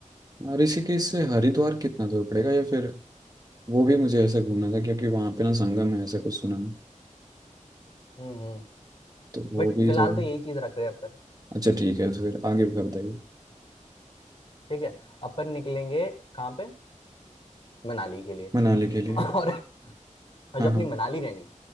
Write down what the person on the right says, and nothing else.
हम्म। ऋषिकेश से हरिद्वार
कितना दूर पड़ेगा या फिर वो भी मुझे ऐसा घूमना था क्योंकि वहाँ पे ना संगम है ऐसा कुछ सुना है।
तो वो
भी
थोड़ा
अच्छा ठीक है तो फिर आगे का बताइए
मनाली
के लिए
हाँ
हाँ